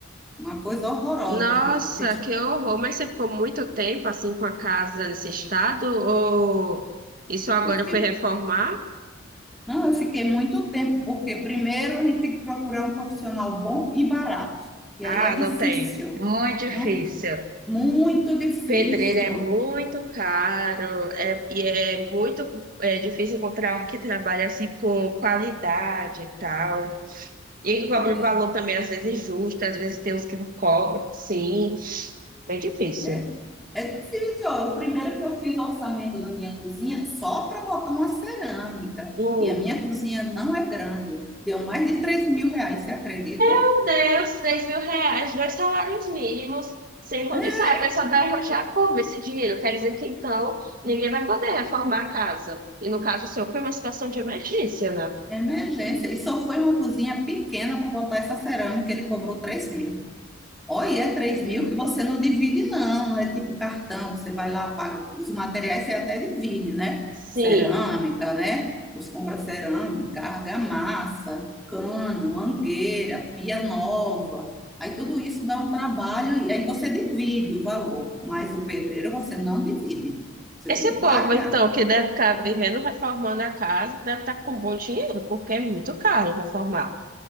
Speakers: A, in the centre; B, on the right.
A: Uma coisa horrorosa
B: Nossa,
A: mesmo. Vixe,
B: que horror. Mas você ficou muito tempo, assim, com a casa nesse estado? Ou isso agora
A: Eu fiquei,
B: foi reformar?
A: não, eu fiquei muito tempo, porque primeiro a gente tem que procurar um profissional bom e barato. E
B: Ah,
A: aí é difícil,
B: não tem. Muito difícil.
A: não? Muito difícil.
B: Pedreiro é muito caro, é, e é muito é, difícil encontrar um que trabalha assim com qualidade e tal. E que cobra
A: Ai,
B: um valor também, às vezes, justo, às vezes tem uns que não cobram, sim. Bem difícil.
A: né? É difícil, ó. O primeiro que eu fiz o orçamento da minha cozinha só para botar uma cerâmica.
B: Hum.
A: E a minha cozinha não é grande. Deu mais de três mil reais, você acredita?
B: Meu Deus, três mil reais, dois salários mínimos, sem condição.
A: É
B: A pessoa vai rotear como esse dinheiro? Quer dizer que então ninguém vai poder reformar a casa. E no caso seu, foi uma situação de emergência, né?
A: é emergência. E só foi uma cozinha pequena para botar essa cerâmica, ele cobrou 3 mil. Olha, é 3 mil que você não divide, não. Não é tipo cartão que você vai lá, paga. Os materiais você até divide, né?
B: Sim.
A: Cerâmica, né? Você compra cerâmica, argamassa, cano, mangueira, pia nova. Aí tudo isso dá um trabalho e aí você divide o valor. Mas o pedreiro você não divide. Você
B: Esse
A: tem que pagar.
B: povo, então, que deve estar vivendo reformando a casa, deve estar com bom dinheiro, porque é muito caro reformar.